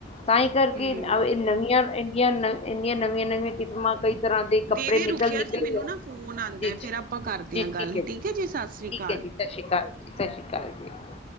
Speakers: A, on the left; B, on the right.
A: ਤਾਂ ਈ ਕਰਕੇ
B: ਹੂੰ
A: ਨਵੀਆਂ ਇੰਡੀਆ ਨ ਇੰਨੀਆਂ ਨਵੀਆਂ-ਨਵੀਆਂ ਕਿਸਮਾਂ ਕਈ ਤਰ੍ਹਾਂ ਦੇ ਕੱਪੜੇ
B: ਦੀਦੀ
A: ਨਿਕਲ
B: ਰੁਕਿਆ
A: ਨਿਕਲੇ
B: ਜੇ ਮੈਨੂੰ
A: ਐ
B: ਨਾ ਫੋਨ ਆਉਂਦਾ
A: ਵਿਚ,
B: ਫੇਰ ਆਪਾਂ ਕਰਦੇ
A: ਠੀਕ
B: ਹਾਂ ਗੱਲ
A: ਐ ਜੀ ਠੀਕ ਐ ਜੀ
B: ਹੈ ਸਤਿ ਸ੍ਰੀ
A: ਠੀਕ
B: ਅਕਾਲ
A: ਐ ਜੀ। ਸਤਿ ਸ਼੍ਰੀ ਅਕਾਲ ਜੀ, ਸਤਿ ਸ਼੍ਰੀ ਅਕਾਲ ਜੀ।